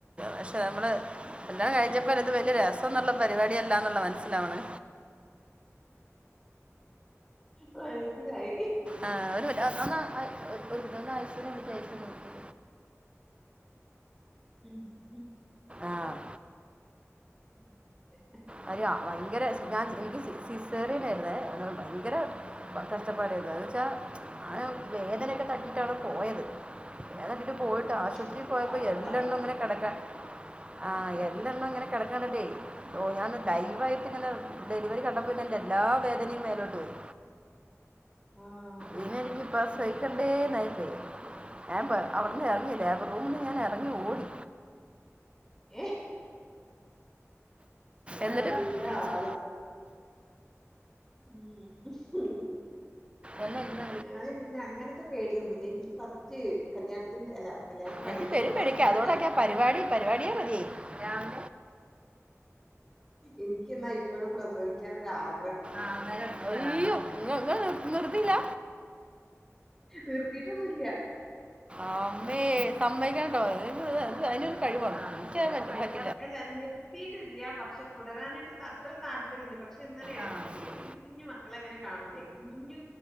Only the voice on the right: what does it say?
പക്ഷെ നമ്മള് കല്ല്യാണം കഴിച്ചപ്പല്ലേ ഇത് വല്ല്യ രസംന്നുള്ള പരിപാടിയല്ലാന്നുള്ള മനസ്സിലാവ്ണ്.
ആഹ് ഒരുവട്ടം ഒന്നാ അഹ് ഒര് ഒര് മിൻറ്റ് ഒന്നായ്ശൂനെ വിളിക്ക് അയ്‌ശൂനെ വിളിക്ക്.
ആഹ്
വരാ ഭയങ്കര ച്ച് ഞാൻ എനിക്ക് സിസേറിയനേര്ന്ന് അന്നേരം ഭയങ്കര ക കഷ്ടപ്പാടായിരുന്നു എന്ന് വെച്ചാ ഞാനും വേദനയൊക്കെ തട്ടിട്ടാണ് പോയത്. <unintelligible> ട്ട് പോയിട്ട്
ആശുപത്രിയിൽ
പോയപ്പോ
എല്ലണ്ണും
ഇങ്ങനെ കിടക്കാ.
ആഹ് എല്ലണ്ണും ഇങ്ങനെ കിടക്ക്ണ കണ്ടിട്ടേ ഓഹ് ഞാന് ലൈവായിട്ട്
ഇങ്ങനെ ഡെലിവറി കണ്ടപ്പോ പിന്നെ എന്റെ എല്ലാ വേദനിം മേലോട്ട് പോയി.
ഇനി എനിക്കി പ്രസവിക്കണ്ടേന്നായി പോയി. ഞാൻ പ അവിട്ന്ന് എറങ്ങി ലേബർ റൂ റൂമിന്ന് ഞാൻ ഇറങ്ങി ഓടി
എന്നിട്ട്
വിളിച്ചു
എന്നാ ഇങ്ങ
എനിക്ക്
പെരുംപേടിയെക്കയാ
അതോണ്ടെ‌ക്കെ
പരിപാടി പരിപാടിയെ മതിയായി ആഹ്
അങ്ങനെ അയ്യോ നി നിങ്ങള് നിർത്തിയില്ല
ആന്നേ സമ്മതിക്കാണ്ടോ അതിനും കഴിവാണ് എനിക്കത് പറ്റില്ല
ആ
ശരി